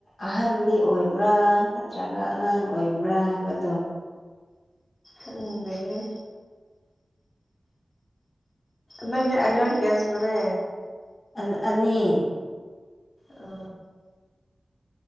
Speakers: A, on the left (about 60°); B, on the left (about 40°).
A: ꯑꯍꯟꯗꯤ ꯑꯣꯏꯕ꯭ꯔꯥ ꯅꯠꯇ꯭ꯔꯒ ꯑꯉꯥꯡ ꯑꯣꯏꯕ꯭ꯔꯥ ꯍꯥꯏꯕꯗꯣ
B: ꯈꯪꯗꯦ ꯅꯪꯅꯦ ꯑꯉꯥꯡ ꯀꯌꯥ ꯁꯨꯔꯦ
A: ꯑ ꯑꯅꯤ
B: ꯑ